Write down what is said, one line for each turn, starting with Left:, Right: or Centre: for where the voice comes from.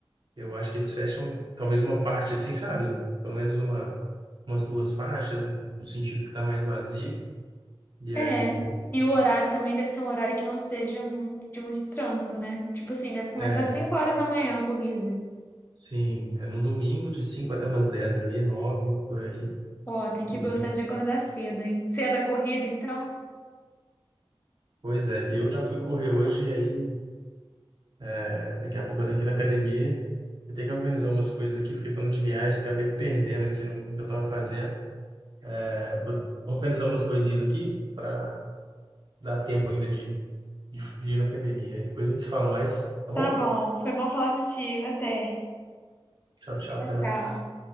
Right: Eu acho que eles fecham talvez uma parte assim, sabe? Pelo menos uma. umas duas faixas, no, no sentido que está mais vazio. E
Left: É.
Right: aí,
Left: E o horário também deve ser um horário que não seja muito, de muito trânsito, né? Tipo assim, deve começar
Right: é,
Left: às 5 horas da manhã a corrida.
Right: sim, é no domingo de 5 até umas 10 ali, 9 por aí.
Left: Ó, tem que
Right: E,
Left: gostar de acordar cedo, hein? Cedo a corrida, então.
Right: pois é, eu já fui correr hoje e aí é, daqui a pouco eu tenho que ir na academia. Eu tenho que organizar umas coisas aqui, fiquei falando de viagem, acabei me perdendo aqui no, no que eu estava fazendo. É, vou organizar umas coisinhas aqui para dar tempo ainda de, de, de ir na academia. Aí depois a gente se fala mais, tá
Left: Tá
Right: bom?
Left: bom, foi bom falar contigo. Até.
Right: Tchau, tchau,
Left: Tchau,
Right: até mais.
Left: tchau.